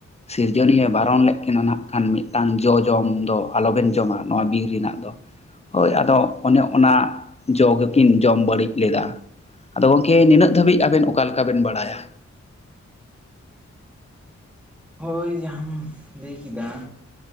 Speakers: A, on the left; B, in the centre.
A: ᱥᱤᱨᱡᱚᱱᱤᱭᱟᱹ ᱵᱟᱨᱚᱱ ᱞᱮᱫ ᱠᱤᱱᱟ ᱱᱟᱜ ᱠᱷᱟᱱ ᱢᱤᱫᱴᱟᱝ ᱡᱚ ᱡᱚᱢ ᱫᱚ ᱟᱞᱚᱵᱮᱱ ᱡᱚᱢᱟ ᱱᱚᱣᱟ ᱵᱤᱨ ᱨᱮᱱᱟᱜ ᱫᱚ ᱦᱳᱭ ᱟᱫᱚ ᱚᱱᱮ ᱚᱱᱟ ᱡᱚ ᱜᱮᱠᱤᱱ ᱡᱚᱢ ᱵᱟᱹᱲᱤᱡ ᱞᱮᱫᱟᱹ ᱟᱫᱚ ᱜᱚᱢᱠᱮ ᱱᱤᱱᱟᱹᱜ ᱫᱷᱟᱹᱵᱤᱡ ᱟᱵᱮᱱ ᱚᱠᱟ ᱞᱮᱠᱟᱵᱮᱱ ᱵᱟᱲᱟᱭᱟ
B: ᱦᱳᱭ ᱡᱟᱦᱟᱸᱢ ᱞᱟᱹᱭ ᱠᱮᱫᱟ